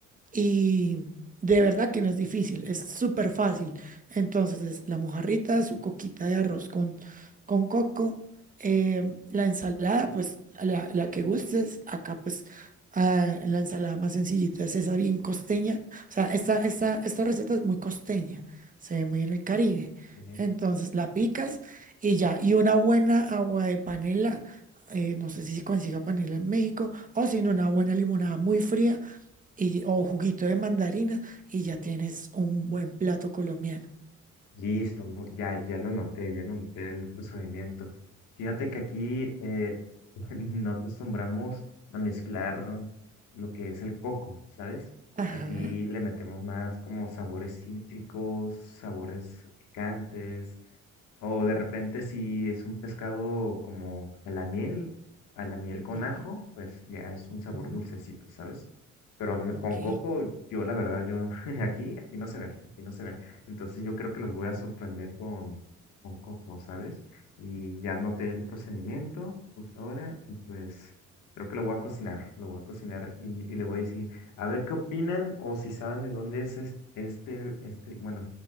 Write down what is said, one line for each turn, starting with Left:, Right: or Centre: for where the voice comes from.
Right: Y de verdad que no es difícil, es súper fácil. Entonces, es la mojarrita, su coquita de arroz con, con coco, eh, la ensalada, pues a la, la que gustes. Acá, pues ah, la ensalada más sencillita es esa bien costeña. O sea, esta, esta, esta receta es muy costeña, se ve muy en el Caribe.
Left: Bien.
Right: Entonces, la picas y ya. Y una buena agua de panela. eh, no sé si se consiga panela en México o si no, una buena limonada muy fría y, o juguito de mandarina y ya tienes un buen plato colombiano.
Left: Listo, mu- ya, ya lo noté, ya lo noté el procedimiento. Fíjate que aquí eh, <laughs> no acostumbramos a mezclar lo que es el coco, ¿sabes?
Right: Ajá.
Left: Aquí le metemos más como sabores cítricos, sabores picantes, O de repente si es un pescado como a la miel, a la miel con
Right: Sí.
Left: ajo, pues ya es un sabor
Right: Ujú.
Left: dulcecito, ¿sabes? Pero n- con
Right: Ok.
Left: coco, yo la verdad, yo <laughs> aquí, aquí no se ve, aquí no se ve. Entonces yo creo que los voy a sorprender con, con coco, ¿sabes? Y ya noté el procedimiento justo ahora y pues creo que lo voy a cocinar, lo voy a cocinar y, y le voy a decir, a ver qué opinan o si saben de dónde es es- este, este, bueno,